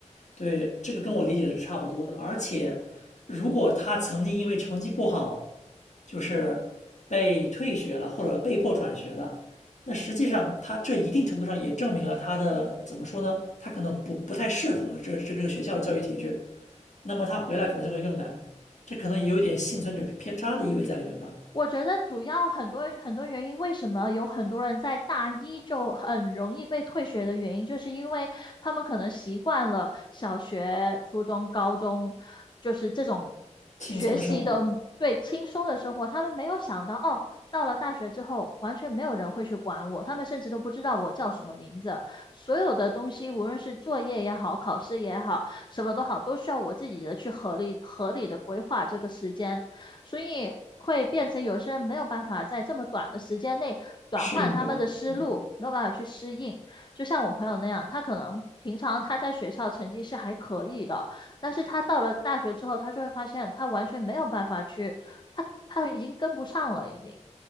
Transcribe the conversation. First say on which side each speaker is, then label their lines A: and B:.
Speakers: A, on the left; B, on the left.
A: 对，这个跟我理解的是差不多的。而且，如果他曾经因为成绩不好，就是被退学了或者被迫转学了，那实际上他这一定程度上也证明了他的怎么说呢？他可能不不太适合这这这个学校的教育体制，那么他回来可能就会更难。这可能也有点幸存者偏差的意味在里面吧，
B: 我觉得主要很多很多原因，为什么有很多人在大一就很容易被退学的原因，就是因为他们可能习惯了小学、初中、高中，就是这种学习的对轻松的生活，
A: 轻松的生活
B: 他们没有想到哦，到了大学之后，完全没有人会去管我，他们甚至都不知道我叫什么名字，所有的东西，无论是作业也好，考试也好，什么都好，都需要我自己的去合理合理的规划这个时间。所以会变成有些人没有办法在这么短的时间内转换他们的思路，
A: 适应过来。嗯，
B: 没有办法去适应。就像我朋友那样，他可能平常他在学校成绩是还可以的，但是他到了大学之后，他就会发现他完全没有办法去，他他已经跟不上了，已经。